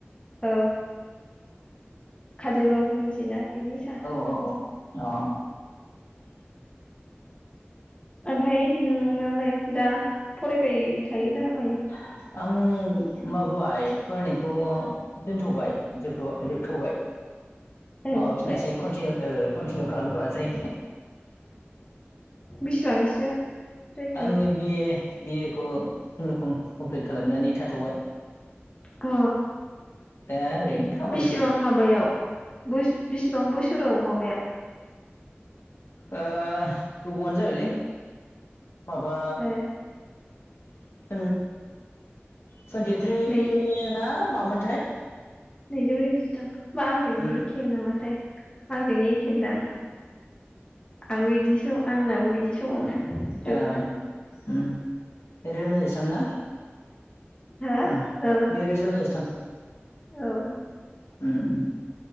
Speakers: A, on the left (about 25°); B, on the left (about 80°).
A: औ काजलगावखौ मिथियोना बिनि साहा
B: औ अ
A: ओमफ्राय नों नालाय दा फरायबाय थायोना
B: <inaudible>
A: मायो
B: आं माबाय फरायनायखौ दोनथ'बाय जोबथ'-जोबथ'बाय।
A: ए
B: माबाफिननासै
A: जोब्बाय
B: खन्थि ओ कन्टिनिउ खालामथ'आसै।
A: बेसेबांसो जायखो
B: आंनि बि ए बि ए खौ खुनुरुखुम कमप्लिट खालामनानै थाथ'बाय।
A: अ
B: दा ओरैनो खामानिफोर
A: बेसेबां माबायाव बेसेबां बोसोराव माबाया?
B: ओं गोबावआनो जाबायलैय। माबा
A: ए
B: <unintelligible> टुन्टि थ्रि
A: नै
B: ना मामोनथाय
A: नैजौ नैजिथाम। होमबा आंजोंनो
B: उम
A: एखे नामाथाय आंजोंनो एखेदां आंबो इदिस आंनाबो बिदि समावनो। जोबदों
B: ओ ओम नैरोजा नैजिथामना
A: हो
B: उम
A: ओ
B: नैरोजा नै <inaudible>
A: औ
B: <inaudible>